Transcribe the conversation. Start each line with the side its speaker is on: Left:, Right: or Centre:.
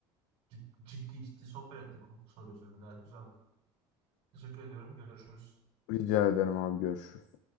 Right: Cid- Ciddi ciddi sohbet ettik o soru üzerine gayet güzeldi. Teşekkür ediyorum. Görüşürüz.
Left: Rica ederim abi. Görüşürüz.